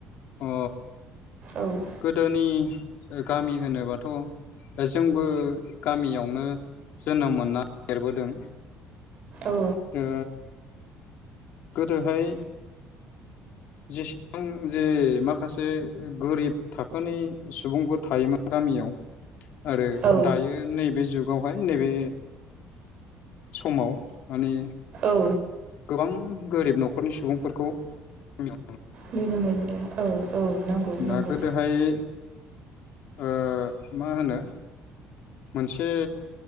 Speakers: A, on the left; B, on the right.
A: अ
B: औ <inaudible>
A: गोदोनि गामि होनोबाथ' जोंबो गामियावनो जोनोम मोनना देरबोदों
B: औ
A: दा गोदोहाय जेसेबां जे माखासे गोरिब थाखोनि सुबुंफोर थायोमोन गामियाव आरो
B: औ
A: दायो नैबे जुग गावहाय नैबे समाव माने
B: औ
A: गोबां गोरिब न'खरनि सुबुंफोरखौ <unintelligible>
B: नुनो मोनला औ औ नंगौ नंगौ
A: दा गोदोहाय ओ मा होनो मोनसे